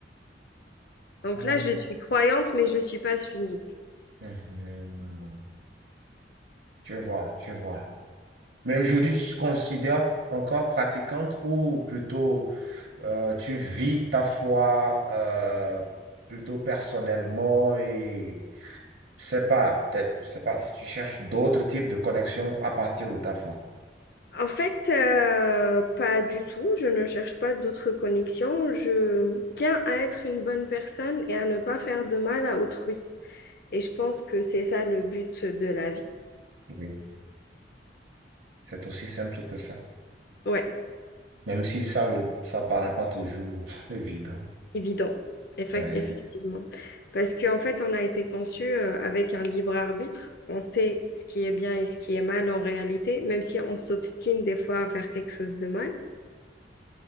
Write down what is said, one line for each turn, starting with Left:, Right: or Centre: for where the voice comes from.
Left: Donc
Right: Ah,
Left: là, je suis croyante, mais je ne suis pas sunnite.
Right: mhm. Je vois, je vois. Mais aujourd'hui, tu te considères encore pratiquante ou plutôt euh, tu vis ta foi euh, plutôt personnellement et c'est pas, peut-être, c'est pas, si tu cherches d'autres types de connexions à partir de ta foi.
Left: En fait, euh, pas du tout. Je ne cherche pas d'autres connexions. Je tiens à être une bonne personne et à ne pas faire de mal à autrui. Et je pense que c'est ça le but de la vie.
Right: Oui, c'est aussi simple que ça.
Left: Ouais,
Right: Même si ça, le, ça paraît pas toujours <laughs> évident.
Left: évident. Effe-
Right: Ouais,
Left: effectivement. Parce qu'en fait, on a été conçu euh, avec un libre arbitre. On sait ce qui est bien et ce qui est mal en réalité, même si on s'obstine des fois à faire quelque chose de mal.